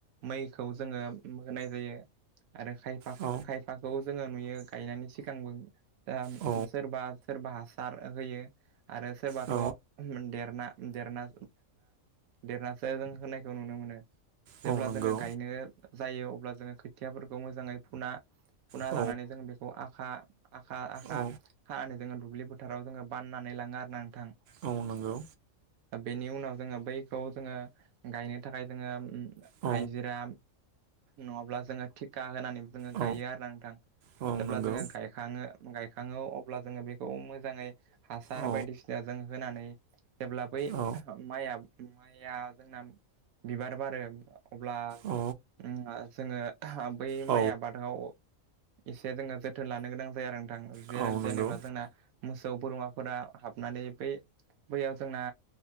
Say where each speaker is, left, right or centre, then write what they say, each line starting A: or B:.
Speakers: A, on the right; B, on the right.
A: मैखौ जोङो होनाय जायो। आरो खायफा
B: औ
A: खायफाखौ जोङो नुयो गायनायनि सिगांबो दा
B: औ
A: सोरबा सोरबा हासार होयो आरो सोरबाथ'
B: औ
A: देरना देरना देरनासो जों होनायखौ नुनो मोनो
B: औ
A: जेब्ला
B: नंगौ।
A: जोङो गायनो जायो अब्ला जोङो खोथियाफोरखौ मोजाङै फुना फुना
B: औ
A: लानानै जोङ बेखौ आ खा आखा आखा
B: औ
A: खानानै जोङो दुब्लि फोथाराव जोङो बाननानै लाङो आरो ना नोंथां।
B: औ नोंगौ
A: बेनि उनाव जोङो बैखौ जोङो गायनो थाखाय जोङो
B: औ
A: हाइजिरा नङाब्ला जोङो थिखा होनानै जोङो
B: औ
A: गायो आरोना नोंथां।
B: औ
A: जेब्ला
B: नंगौ।
A: जोङो गायखाङो गायखाङो अब्ला जोङो बेखौ मोजाङै हासार
B: औ
A: बायदिसिना जों होनानै जेब्ला बै
B: औ
A: माइआ माइआ जोंना बिबार बारो अब्ला
B: औ
A: उम आ जोङो हा बै
B: औ
A: माइ आबादाव एसे जोङो जोथोन लानो गोनां जायो आरोना नोंथां। जेरे
B: औ नंगौ।
A: जेनेबा जोंना मोसौ बोरमाफोरा हाबनानै बै बैयाव जोंना